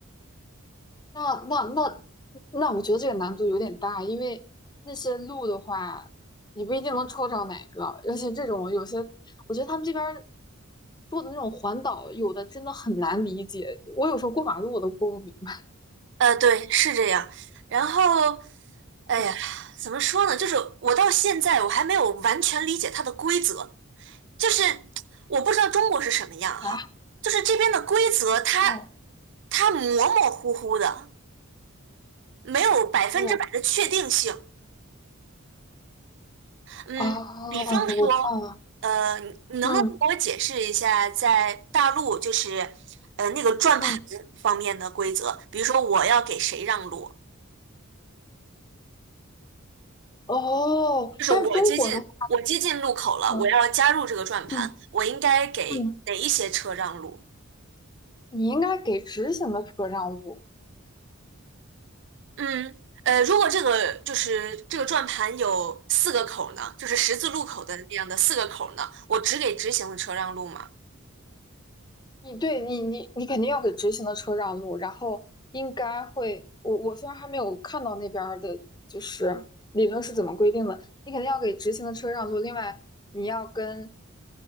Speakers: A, on the left; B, on the right.
A: 那那那那，我觉得这个难度有点大，因为那些路的话，你不一定能抽着哪个，而且这种有些，我觉得他们这边儿做的那种环岛，有的真的很难理解。我有时候过马路我都过不明白。
B: 呃，对，是这样。然后，哎呀，
A: 嗯
B: 怎么说呢？就是我到现在我还没有完全理解它的规则。就是我不知道中国是什么样哈，
A: 啊
B: 就是这边的规则它
A: <laughs> 哦
B: 它模模糊糊的，没有百分之百的确定性。
A: 哦
B: 嗯，
A: 啊，
B: 比方说，
A: 我知道了。
B: 呃，你能不能给我解释一下，
A: 嗯
B: 在大陆就是呃那个转盘方面的规则？
A: 嗯
B: 比如说我要给谁让路，
A: 哦，
B: 就是我接近我接近路口了，
A: 但是中国的，嗯
B: 我要加入这个转盘，
A: 嗯
B: 我应该给哪一些车让路？
A: 嗯，你应该给直行的车让路。
B: 嗯，呃，如果这个就是这个转盘有四个口儿呢，就是十字路口的那样的四个口儿呢，我只给直行的车让路吗？
A: 你对你你你肯定要给直行的车让路，然后应该会，我我虽然还没有看到那边儿的，就是理论是怎么规定的，你肯定要给直行的车让路。另外，你要跟